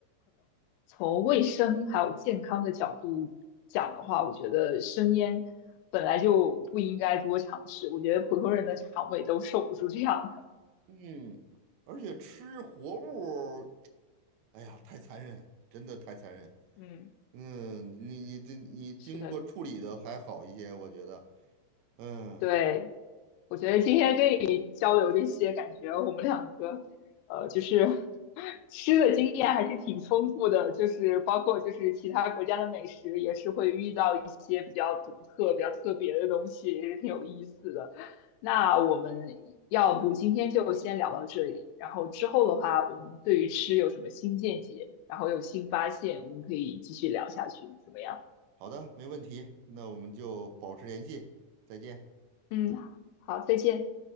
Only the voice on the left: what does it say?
从卫生还有健康的角度讲的话，我觉得生烟本来就不应该多尝试。我觉得普通人的肠胃都受不住这样的。
嗯，
是的，
对，我觉得今天跟你交流这些，感觉我们两个，呃，就是 <laughs> 吃的经验还是挺丰富的，就是包括就是其他国家的美食，也是会遇到一些比较独特、比较特别的东西，也是挺有意思的。那我们要不今天就先聊到这里，然后之后的话，我们对于吃有什么新见解，然后有新发现，我们可以继续聊下去，怎么样？
嗯，好，再见。